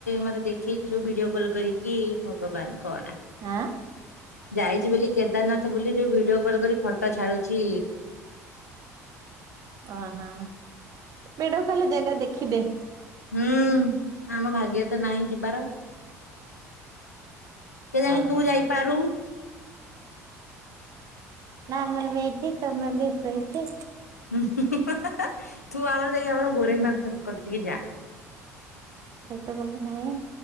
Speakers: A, on the left (about 85°); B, on the right (about 45°).
A: ମତେ ଦେଖେଇଥିଲୁ ଭିଡିଓ କଲ୍ କରିକି ଭଗବାନ୍ କହନା।
B: ଆଁ
A: ଯାଇଛି ବୋଲି କେଦାରନାଥ ବୁଲି ଯୋଉ ଭିଡିଓ କଲ୍ କରି ଫଟୋ ଛାଡୁଛି।
B: ଓହୋ ଭିଡିଓ ଖାଲି ଜାଗା ଦେଖିଦେ।
A: ହୁଁ ଆମ ଭାଗ୍ୟ ତ ନାହିଁ ଯିବାର। କେ ଜାଣି
B: ଓହୋ
A: ତୁ ଯାଇପାରୁ?
B: ନା ଅମର ବେଇଠି ତମେ ବି ସେଇଠି।
A: ହୁଁ ହୁଁ ହୁଁ ତୁ ଆମର ଯାଇ ଆମର ଗୋରେଖନାଥ କତିକି ଯା।
B: ସେତକ ବି ନାହିଁ